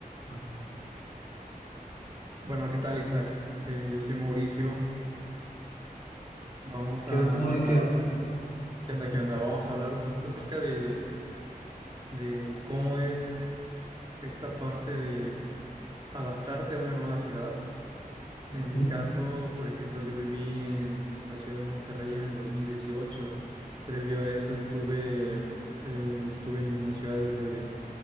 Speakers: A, on the left; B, on the right.
A: Ah,
B: Bueno, ¿qué tal, Isaac? Eh, yo soy Mauricio. Vamos
A: ¿Qué
B: a
A: onda, Mauricio?
B: hablar un poquito. ¿Qué onda? ¿Qué onda? Vamos a hablar un poquito acerca de, de cómo es esta parte de adaptarte a una nueva ciudad.
A: Ujú.
B: En mi caso, por ejemplo, yo viví en la ciudad de Monterrey en el 2018. Previo a eso estuve, eh, estuve en las ciudades de